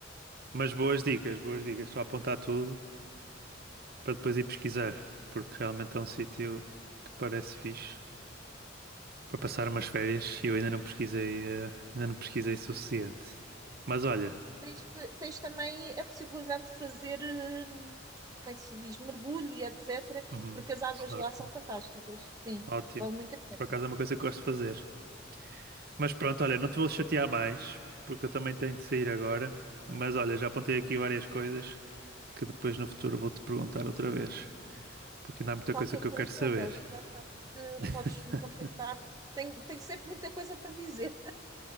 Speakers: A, on the right (about 50°); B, on the right (about 20°).
A: Mas boas dicas, boas dicas. Estou a apontar tudo para depois ir pesquisar, porque realmente é um sítio que parece fixe para passar umas férias e eu ainda não pesquisei, eh, ainda não pesquisei o suficiente. Mas olha,
B: Tens, tens também a possibilidade de fazer, eh, como é que se diz, mergulho e etc,
A: uhum,
B: porque as águas
A: snorkeling,
B: lá são fantásticas, sim,
A: ótimo.
B: vale muito a pena.
A: Por acaso é uma coisa que gosto de fazer. Mas pronto, olha, não te vou chatear mais, porque eu também tenho de sair agora. Mas olha, já apontei aqui várias coisas que depois no futuro vou-te perguntar outra vez, porque ainda há muita
B: Qualquer
A: coisa que
B: coisa,
A: eu quero saber.
B: olha, já sabes que
A: <laughs>
B: podes me contactar. Tenho, tenho sempre muita coisa para dizer.